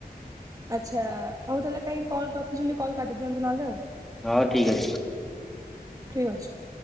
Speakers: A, on the right; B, in the centre.
A: ଆଚ୍ଛା ହଉ ତାହେଲେ କାହିଁ କଲ୍ ରଖିଛନ୍ତି କଲ୍ କାଟିଦିଅନ୍ତୁ ନହେଲେ ଆଉ।
B: ହଉ ଠିକ ଅଛି
A: ଠିକ୍ ଅଛି।